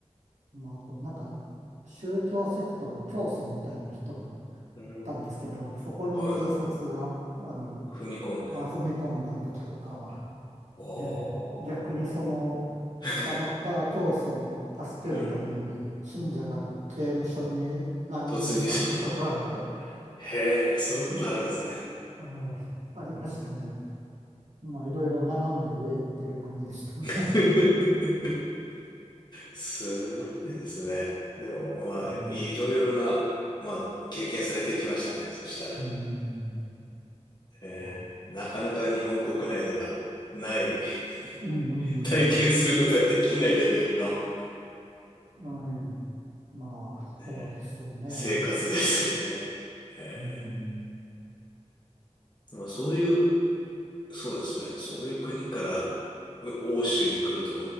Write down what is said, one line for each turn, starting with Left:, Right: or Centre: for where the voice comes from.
Right: まあ、あと、なんか、宗教セクトの教祖みたいな人が
Left: うん。
Right: いたんですけど、そこに警察が、
Left: はい
Right: あの、
Left: 踏み込んで。
Right: あ踏み込んだ時とか、
Left: お
Right: ええ逆にその、
Left: ー。<laughs>
Right: 捕まった教祖を助けるために、
Left: うん。
Right: 信者が刑務所に乱入した時とか、
Left: 突入して。<laughs> へえ、そういうことあるんですね。
Right: うんあの、ありましたね。まあ、いろいろ斜め上行ってる国でしたね。
Left: <laughs> すごいですね。でも、まあ、
Right: うん。
Left: いろいろな、まあ、経験されてきましたね。そしたら。
Right: うん。
Left: えーなかなか日本国内ではない
Right: まあうん。
Left: <laughs> 体験することができないレベルの、
Right: うん。うんまあ、
Left: えー生活ですよね。
Right: そうですね。うん。
Left: え
Right: うん。
Left: ーまあ、そういうそうですね。そういう国から欧州に来ると